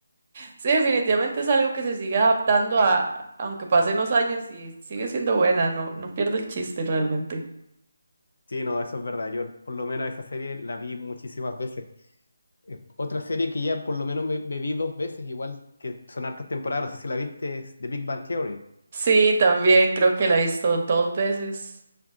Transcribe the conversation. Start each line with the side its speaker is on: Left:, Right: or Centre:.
Right: Sí, definitivamente es algo que se sigue adaptando a, aunque pasen los años y sigue siendo buena, no, no pierde el chiste realmente.
Left: Sí, no, eso es verdad. Yo por lo menos esa serie la vi muchísimas veces. Eh, otra serie que ya por lo menos me, me vi dos veces, igual que son hartas temporadas, no sé si la viste, es The Big Bang Theory.
Right: Sí, también creo que la he visto dos veces.